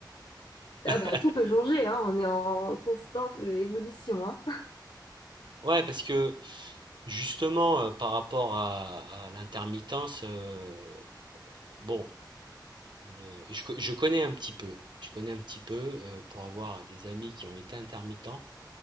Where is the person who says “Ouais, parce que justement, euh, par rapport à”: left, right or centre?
Right